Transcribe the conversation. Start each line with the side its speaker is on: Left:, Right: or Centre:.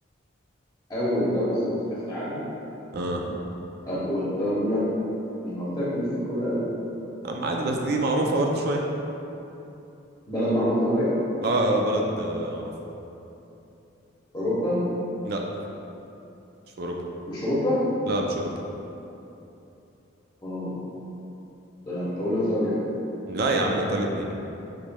Left: اول دولة استضافت كأس العالم
Right: اه
Left: اول دولة ما انا قلت لك ماليش في الكورة قوي
Right: اما عادي بس دي معروفه برضه شويه
Left: بلد معروفة طيب
Right: اه بلد آه، معروفه
Left: اوروبا
Right: لا مش في اوروبا
Left: مش اوروبا؟
Right: لا مش اوروبا
Left: اه ده انا كنت اقول ايطاليا
Right: لا يا عم ايطاليا مين